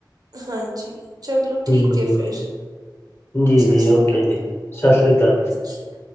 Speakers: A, on the right (about 55°); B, on the left (about 30°).
A: ਹਾਂਜੀ। ਚਲੋ ਠੀਕ
B: ਹੂੰ
A: ਏ ਫਿਰ,
B: ਜੀ
A: ਸਸ਼੍ਰੀ
B: ਜੀ ਓਕੇ
A: ਕਾਲ
B: ਜੀ ਸਤਿ ਸ੍ਰੀ ਅਕਾਲ
A: ਸਸ਼੍ਰੀ